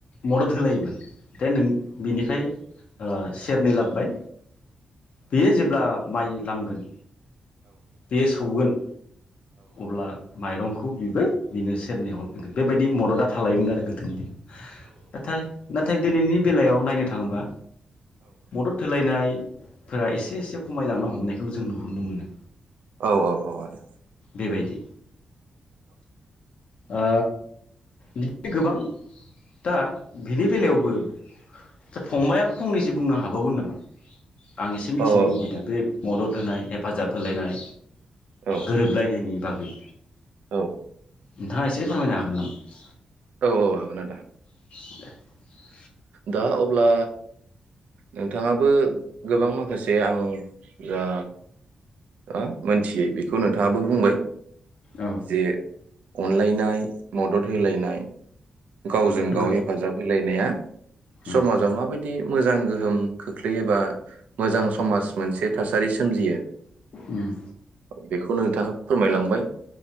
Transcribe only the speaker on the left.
मदद होलायोमोन। दे नों बेनिफाय ओ सेरनै लाबोबाय। बेयो जेब्ला माइ लामगोन। बेयो सौगोन। अब्ला। माइरंखौ बिबो बिनो सेरनै हरफिनगोन बेबायदि मददआ थालायोमोन आरो गोदोनि दिनाव नाथाय थाय दिनैनि बेलायाव नायनो थाङोबा। मदद होलायनाय फोरा एसे एसे खमायलांनो हमनायखौ जों नुहुरनो मोनो।
बेबायदि ओ बिदि गोबां दा बेनि बेलायावबो। दा फंबाइयाबो फंनैसो बुंनो हाबावगोन नामा? आं इसे मिथिनो
लुबैदों
बे मदद होनाय हेफाजाब होलायनाय
गोरोबलायनायनि बागै।
नोंथाङा एसे फोरमायनो हागोन नामा?
<inaudible>
औ
गो
उम
ओम।